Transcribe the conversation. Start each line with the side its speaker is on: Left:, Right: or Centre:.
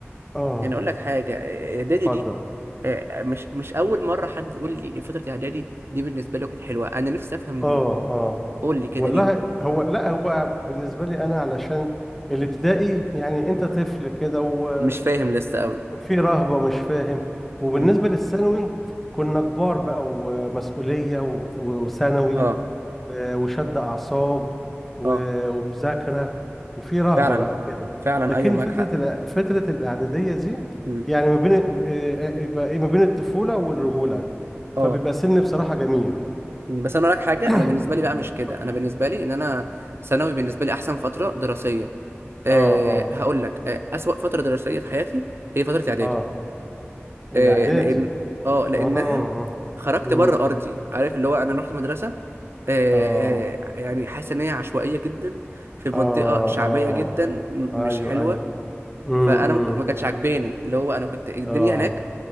Centre: اه
Right: يعني اقول لك حاجه اعدادي
Centre: اتفضل
Right: دي آه، مش مش اول مره حد يقول لي فتره اعدادي دي بالنسبه له كانت حلوه انا نفسي افهم ليه
Centre: اه اه
Right: قول لي كده
Centre: والله
Right: ليه
Centre: هو لا هو بالنسبة لي أنا علشان الابتدائي يعني أنت طفل كده وفي
Right: مش فاهم لسه قوي
Centre: رهبة ومش فاهم وبالنسبة
Right: امم
Centre: للثانوي كنا كبار بقى ومسؤولية وبت- وثانوي
Right: اه
Centre: آه، وشد أعصاب و-
Right: اه
Centre: ومذاكرة وفي رهبة
Right: فعلا
Centre: بقى كده
Right: فعلا
Centre: لكن
Right: ايوه معاك
Centre: فترة
Right: حق
Centre: الإع- فترة الإعدادية دي
Right: امم
Centre: يعني ما بين آه، آه، يبقى إيه ما بين الطفولة والرجولة
Right: اه
Centre: فبيبقى سن بصراحة جميل
Right: مم. بس انا اقول لك حاجه
Centre: <coughs>
Right: انا بالنسبه لي بقى مش كده
Centre: اتفضل
Right: انا بالنسبه لي ان انا ثانوي بالنسبه لي احسن فتره دراسيه أه
Centre: اه اه
Right: هقول لك أه اسوأ فتره دراسيه في حياتي هي فتره اعدادي
Centre: اه الاعدادي
Right: آه لان اه لانها
Centre: اه اه
Right: خرجت
Centre: امم
Right: بره ارضي عارف اللي هو انا رحت مدرسه آه
Centre: اه
Right: يعني حاسس ان هي عشوائيه جدا في منطقه
Centre: اه
Right: شعبيه
Centre: اه
Right: جدا م-
Centre: ايوه
Right: مش حلوه
Centre: ايوه امم
Right: فانا
Centre: امم
Right: ما كنت- ما كانتش عجباني اللي هو انا كنت الدنيا
Centre: اه
Right: هناك